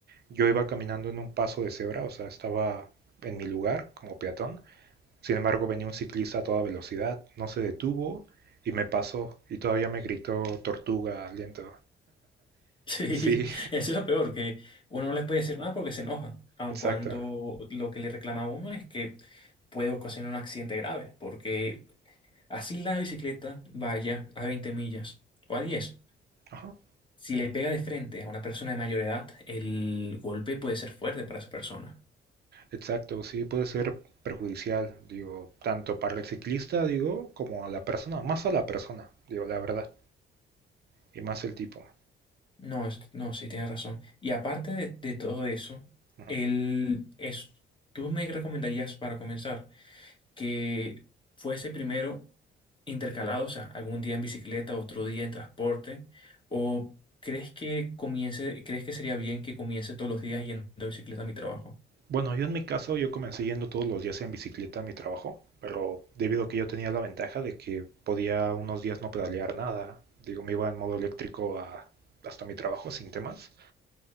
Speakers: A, on the right; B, on the left.
A: yo iba caminando en un paso de cebra, o sea, estaba en mi lugar como peatón. Sin embargo, venía un ciclista a toda velocidad, no se detuvo y me pasó y todavía me gritó tortuga, lento.
B: <laughs> Sí,
A: Sí,
B: eso es lo peor, que uno no les puede decir nada porque se enojan, aun
A: <laughs> exacto.
B: cuando lo que le reclama a uno es que puede ocasionar un accidente grave, porque así la bicicleta vaya a 20 millas o a 10,
A: Ajá.
B: si le pega de frente a una persona de mayor edad, el golpe puede ser fuerte para esa persona.
A: Exacto, sí puede ser perjudicial, digo, tanto para el ciclista, digo, como a la persona, más a la persona, digo, la verdad, y más el tipo.
B: No, es- no, sí, tienes razón. Y aparte de, de todo eso,
A: Ujú.
B: el, es, ¿tú me recomendarías para comenzar? que fuese primero intercalado, o sea, algún día en bicicleta, otro día en transporte, o crees que comience, crees que sería bien que comience todos los días yendo de bicicleta a mi trabajo?
A: Bueno, yo en mi caso, yo comencé yendo todos los días en bicicleta a mi trabajo, pero debido a que yo tenía la ventaja de que podía unos días no pedalear nada, digo, me iba en modo eléctrico a- hasta mi trabajo sin temas,